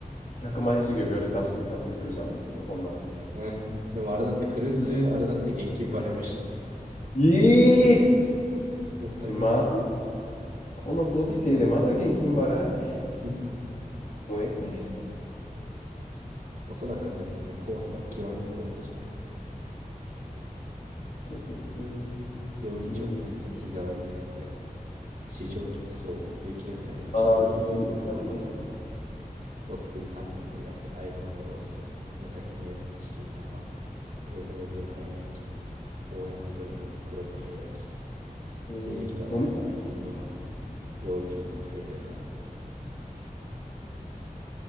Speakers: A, on the left; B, on the right.
A: 1万円主義を秒で達成するじゃんこんなん。
B: うん。でもあれだってクルーズ、あれだって現金払いらし
A: ええ
B: い。<laughs> もったいね
A: まあ、このご時世でまだ現金払い
B: え。<laughs>
A: 燃えて。
B: おそらくあれですね、コースは極みコースじゃないですかね。
A: ちょちょちょちょちょちょちょちょ
B: 料理長厳選日替わり前菜、
A: メニュー。
B: 市場直送、雪野菜の地鶏、
A: ああ、興味、
B: 豆腐ごまサラダ、
A: 興味ね。
B: お作り3点盛り合わせ、あえ鴨のロースト、宮崎名物チキン南蛮、黒毛和牛ハラミ焼き、大山鶏の黒胡椒焼き、
A: えー、
B: ひじきとあさりの炊き込みご飯、
A: 飲み
B: 料理長特製デザート。